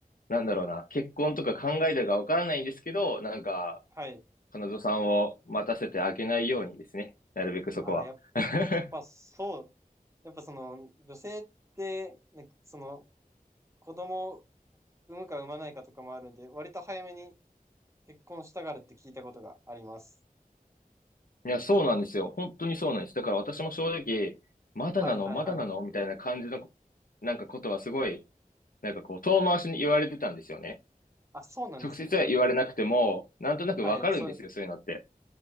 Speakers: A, on the left; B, on the right.
A: なんだろうな、結婚とか考えてるかわからないんですけど、なんか、
B: はい。
A: 彼女さんを待たせてあげないようにですね。なるべくそこは。
B: あ、やっ
A: <laughs>
B: ぱそう、やっぱその女性って、なんかその子供を産むか産まないかとかもあるんで、割と早めに結婚したがるって聞いたことがあります。
A: いや、そうなんですよ。本当にそうなんです。だから私も正直、まだなの、
B: はい、はい、
A: まだなのみたいな感じの、
B: はい。
A: なんかことはすごい、なんかこう、遠回しに言われてたんですよね。
B: あ、そうなんですね。
A: 直接は言われなくても、なんとなくわかるんですよ、
B: はい、そう、
A: そういうのって。